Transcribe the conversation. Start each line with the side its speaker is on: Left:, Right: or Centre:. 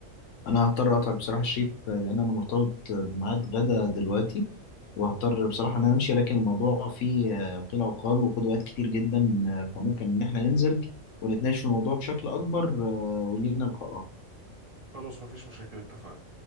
Left: أنا هضطر أقطع بصراحة الشيف آه، لأن أنا مرتبط بميعاد غدا دلوقتي وهضطر بصراحة إن أنا أمشي لكن الموضوع فيه آه، قيل وقال وقدوات كتير جدا آه، فممكن إن إحنا ننزل ونتناقش في الموضوع بشكل أكبر آه، ولينا لقاء آخر
Right: خلاص مفيش مشاكل اتفقنا